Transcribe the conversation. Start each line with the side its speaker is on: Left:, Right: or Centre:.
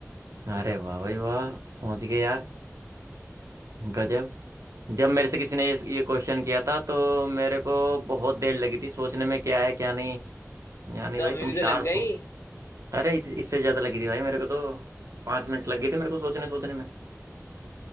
Right: अरे वाह भाई वाह पहुंच गए यार गजब जब मेरे से किसी ने ये, ये क्वेश्चन किया था तो मेरे को बहुत देर लगी थी सोचने में क्या है क्या नहीं यानी
Left: तो
Right: भाई
Left: हमें
Right: तुम
Left: भी तो
Right: शार्प
Left: लग गई
Right: हो अरे इत- इससे भी ज्यादा लगी थी भाई मेरे को तो पाँच मिनट लग गए थे मेरे को सोचने सोचने में